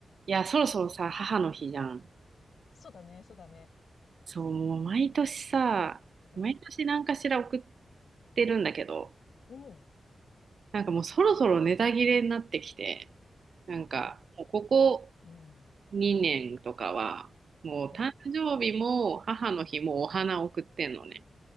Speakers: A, on the right; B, on the left.
A: いや、そろそろさ、母の日じゃん。
B: そうだね、そうだね。
A: そう、もう毎年さ、
B: うん。
A: 毎年何かしら送ってるんだけど、
B: うん。
A: なんかもうそろそろネタ切れになってきて、なんか、
B: うん。
A: もうここ
B: うん。
A: 2年とかは、もう誕生日も母の日もお花送ってんのね。
B: うん。